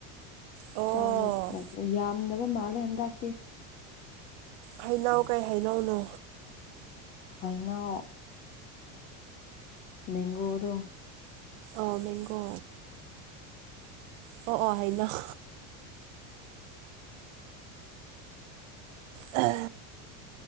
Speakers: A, on the right; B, on the left.
A: ꯑꯣ
B: ꯆꯥꯕ ꯌꯥꯝꯗꯕ ꯃꯥꯜꯂꯦ ꯍꯟꯗꯛꯇꯤ
A: ꯍꯩꯅꯧ ꯀꯩ ꯍꯩꯅꯧꯅꯣ
B: ꯍꯩꯉꯥꯎ ꯃꯦꯡꯒꯣꯗꯣ
A: ꯑ ꯃꯦꯡꯒꯣ ꯑꯣ ꯑꯣ ꯍꯩꯅꯧ ꯑ